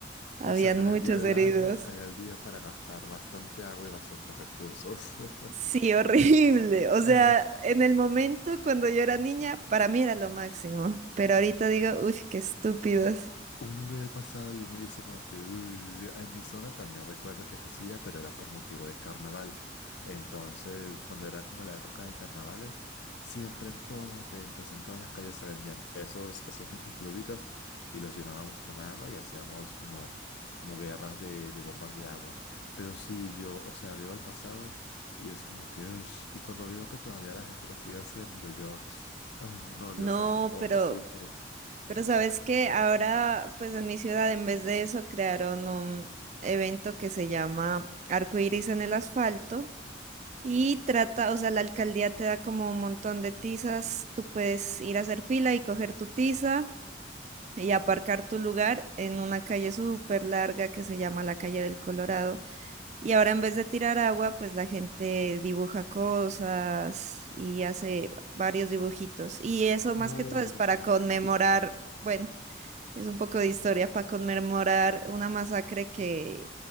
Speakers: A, on the right; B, on the left.
A: habían
B: O sea, con
A: muchos
B: el día del
A: heridos.
B: agua era el día para gastar bastante agua y bastantes recursos. <laughs>
A: Sí, horrible. O sea,
B: En mis,
A: en el momento cuando yo era niña, para mí era lo máximo. Pero ahorita digo, uff, qué estúpidos.
B: uno ve el pasado y uno dice como que "Uy". en mi zona también recuerdo que se hacía, pero era por motivo de carnaval. Entonces, cuando era como la época de carnavales, siempre en todas las ventas, en todas las calles se vendían esos, esos mismos globitos y los llenábamos con agua y hacíamos como, como guerras de, de bombas de agua. Pero sí, yo, o sea, veo el pasado y es como que, "Ush". y cuando veo que todavía la gente lo sigue haciendo, yo, ay, no,
A: No,
B: Dios santo, como
A: pero,
B: que sufro.
A: pero ¿sabes qué? Ahora, pues en mi ciudad, en vez de eso, crearon un evento que se llama Arco Iris en el asfalto. Y trata, o sea, la alcaldía te da como un montón de tizas. Tú puedes ir a hacer fila y coger tu tiza y aparcar tu lugar en una calle súper larga que se llama la calle del Colorado Y ahora en vez de tirar agua, pues la gente dibuja cosas y hace varios dibujitos. Y eso más
B: Oye.
A: que todo es para conmemorar, bueno, es un poco de historia, para conmemorar una masacre que,